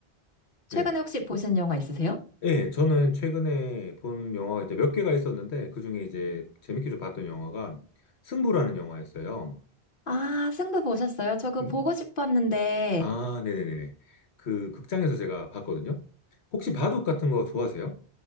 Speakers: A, on the left (about 55°); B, on the left (about 80°).
A: 최근에
B: 네.
A: 혹시 보신 영화 있으세요?
B: 예, 저는 최근에 본 영화가 이제 몇 개가 있었는데, 그 중에 이제 재밌게 좀 봤던 영화가 승부라는 영화였어요.
A: 아, 승부 보셨어요? 저 그거
B: 음,
A: 보고 싶었는데,
B: 아, 네네네네. 그 극장에서 제가 봤거든요. 혹시 바둑 같은 거 좋아하세요?